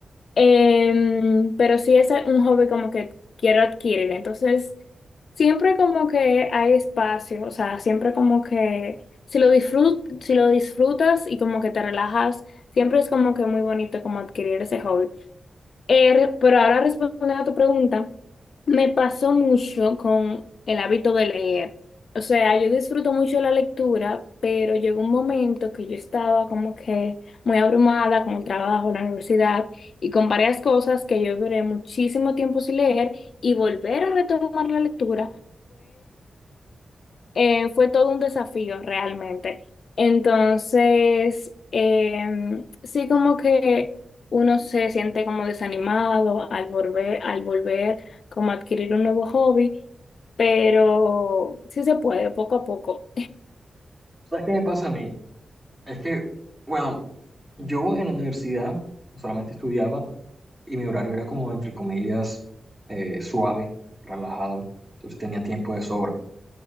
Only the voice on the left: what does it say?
Em, pero sí es un hobby como que quiero adquirir. Entonces, siempre como que hay espacio, o sea, siempre como que si lo disfrut- si lo disfrutas y como que te relajas, siempre es como que muy bonito como adquirir ese hobby. Eh, re- pero ahora respondiendo a tu pregunta, me pasó mucho con el hábito de leer. O sea, yo disfruto mucho la lectura, pero llegó un momento que yo estaba como que muy abrumada con el trabajo, la universidad y con varias cosas que yo duré muchísimo tiempo sin leer y volver a retomar la lectura eh, fue todo un desafío realmente. Entonces, eh, sí como que uno se siente como desanimado al volver, al volver como a adquirir un nuevo hobby, pero sí se puede, poco a poco.